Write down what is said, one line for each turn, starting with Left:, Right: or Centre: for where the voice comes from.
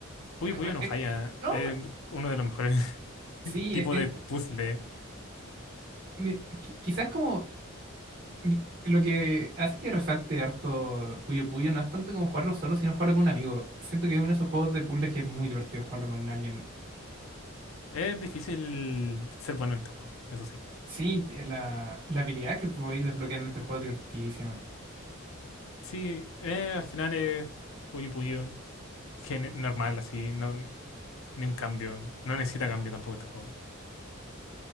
Left: Puyo Puyo
Right: eh,
Left: no
Right: eh,
Left: falla.
Right: no,
Left: Es uno de los mejores
Right: sí,
Left: <laughs> tipos
Right: eh, ent-
Left: de puzzle.
Right: mi- qui- quizás como. l- Lo que hace que resalte harto Puyo Puyo no es tanto como jugarlo solo, sino jugarlo con un amigo. Siento que es uno de esos juegos de puzzle que es muy divertido jugarlo con alguien.
Left: Es difícil ser bueno en este juego, eso sí.
Right: Sí, eh, la, la habilidad que podéis desbloquear en este juego es divertidísima.
Left: Sí, eh, al final es Puyo Puyo gene- normal, así, no, ni un cambio. No necesita cambio tampoco este juego.